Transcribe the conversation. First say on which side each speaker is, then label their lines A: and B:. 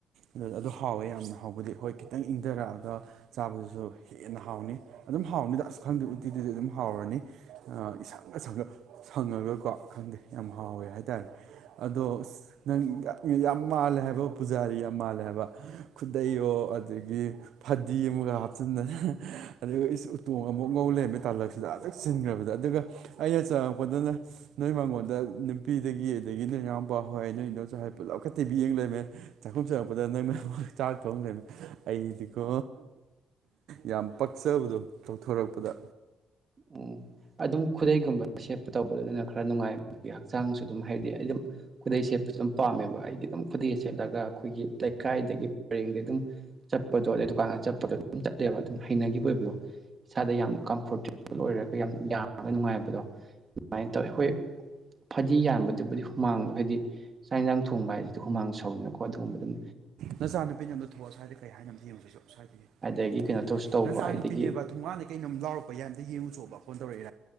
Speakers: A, on the right; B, on the right.
A: ꯑꯗꯨ ꯑꯗꯨ ꯍꯥꯎꯋꯦ ꯌꯥꯝꯅ ꯍꯥꯎꯕꯗꯤ ꯍꯣꯏ ꯈꯤꯇꯪ ꯏꯪꯗꯔꯛꯑꯒ ꯆꯥꯕꯗꯨꯖꯨ ꯍꯦꯟꯅ ꯍꯥꯎꯅꯤ ꯑꯗꯨꯝ ꯍꯥꯎꯅꯤꯗ ꯑꯁ ꯈꯪꯗꯦ ꯎꯠꯇꯤꯗꯗꯤ ꯑꯗꯨꯝ ꯍꯥꯎꯔꯅꯤ ꯑ ꯏꯁꯪꯒ ꯁꯪꯒ ꯁꯪꯉꯒꯀꯣ ꯈꯪꯗꯦ ꯌꯥꯝ ꯍꯥꯎꯋꯦ ꯍꯥꯏꯇꯥꯏ ꯑꯗꯣ ꯑꯁ ꯅꯪ ꯌꯥ-ꯌꯥꯝ ꯃꯥꯜꯂꯦ ꯍꯥꯏꯕ ꯄꯨꯖꯥꯔꯤ ꯌꯥꯝ ꯃꯥꯜꯂꯦ ꯍꯥꯏꯕ ꯈꯨꯗꯩꯌꯣ ꯑꯗꯒꯤ ꯐꯗꯤ ꯑꯃꯒ ꯍꯥꯞꯆꯤꯟꯗꯅ ꯑꯗꯨꯒ ꯏꯁ ꯎꯇꯣꯡ ꯑꯃꯨꯛ ꯉꯧ ꯂꯩꯔꯝꯃꯦ ꯇꯥꯜꯂꯛꯁꯤ ꯗ ꯑꯗꯨꯛ ꯆꯤꯟꯒ꯭ꯔꯕꯗ ꯑꯗꯨꯒ ꯑꯩꯅ ꯆꯪꯉꯛꯄꯗꯅ ꯅꯣꯏ ꯃꯥꯡꯉꯣꯟꯗ ꯅꯨꯄꯤꯗꯒꯤ ꯑꯗꯒꯤ ꯅꯣꯏ ꯏꯅꯥꯎꯄꯥꯍꯣꯏ ꯅꯣꯏ ꯏꯗꯣꯟꯆꯥꯍꯣꯏ ꯄꯨꯜꯂꯞꯀ ꯇꯤ ꯕꯤ ꯌꯦꯡ ꯂꯩꯔꯝꯃꯦ ꯆꯥꯛꯈꯨꯝ ꯆꯪꯉꯛꯄꯗ ꯅꯣꯏ <unintelligible> ꯆꯥꯛ ꯊꯣꯡ ꯂꯩꯔꯝꯃꯦ ꯑꯩꯗꯤꯀꯣ ꯌꯥꯝ ꯄꯛꯆꯕꯗꯣ ꯇꯧꯊꯣꯔꯛꯄꯗ
B: ꯎꯝ ꯑꯗꯨꯝ ꯈꯨꯗꯩꯒꯨꯝꯕ ꯁꯦꯠꯄ ꯇꯧꯕꯗꯨ ꯑꯗꯨꯅ ꯈꯔ ꯅꯨꯡꯉꯥꯏ-ꯕꯤ ꯍꯛꯆꯥꯡꯁꯨ ꯑꯗꯨꯝ ꯍꯥꯏꯗꯤ ꯑꯩ ꯗꯨꯝ ꯈꯨꯗꯩ ꯁꯦꯠꯄꯖꯨ ꯗꯨꯝ ꯄꯥꯝꯃꯦ ꯕ ꯑꯩꯗꯤ ꯑꯗꯨꯝ ꯈꯨꯗꯩꯒ ꯁꯦꯠꯂꯒ ꯑꯈꯣꯏꯒꯤ ꯇꯩꯀꯥꯏꯗꯒꯤ ꯄ꯭ꯔꯦꯡꯗꯩ ꯑꯗꯨꯝ ꯆꯠꯄꯗꯣ ꯑꯗꯨꯗꯩ ꯗꯨꯀꯥꯟꯒ ꯆꯞ ꯄꯗꯣ ꯑꯗꯨꯝ ꯆꯠꯂꯦꯕ ꯑꯗꯨꯝ ꯍꯩꯅꯒꯤꯕ ꯑꯣꯏꯕꯗꯣ ꯁꯥꯗ ꯌꯥꯝ ꯀꯝꯐꯣꯔꯇꯦꯕꯜ ꯑꯣꯏꯔ ꯈꯣꯏ ꯌꯥꯝ ꯌꯥꯡꯉꯒ ꯅꯨꯡꯉꯥꯏꯕꯗꯣ ꯗꯨꯃꯥꯏꯟ ꯇꯧꯋꯦ ꯍꯣꯏ ꯐꯗꯤ ꯌꯥꯟꯕꯗꯨꯕꯨꯗꯤ ꯍꯨꯃꯥꯡꯗꯣ ꯍꯥꯏꯗꯤ ꯆꯥꯛ ꯌꯦꯟꯖꯥꯡ ꯊꯣꯡꯕ ꯍꯥꯏꯖꯤꯗꯤ ꯍꯨꯃꯥꯡ ꯁꯧꯏꯅꯀꯣ ꯑꯗꯨꯒꯨꯝꯕ ꯗꯨꯝ
A: ꯅꯆꯥꯅꯨꯄꯤꯅꯦ ꯑꯝꯗ ꯊꯣꯛꯑꯣ ꯁ꯭ꯋꯥꯏꯗ ꯀꯩ ꯍꯥꯏꯅꯣ ꯑꯝꯇ ꯌꯦꯡꯉꯨꯆꯣꯆꯣ ꯁ꯭ꯋꯥꯏꯗꯒꯤ
B: ꯑꯗꯒꯤ ꯀꯩꯅꯣ ꯇꯧꯁꯨ ꯇꯧꯕ
A: ꯅꯆꯥꯅꯨꯄꯤꯅꯦꯕ
B: ꯑꯗꯒꯤ
A: ꯊꯨꯡꯒꯥꯟꯗꯩ ꯀꯩꯅꯣꯝ ꯂꯥꯎꯔꯛꯄ ꯌꯥꯏ ꯑꯝꯇ ꯌꯦꯡꯉꯨꯆꯣꯕ ꯐꯣꯟ ꯇꯧꯔꯛꯏ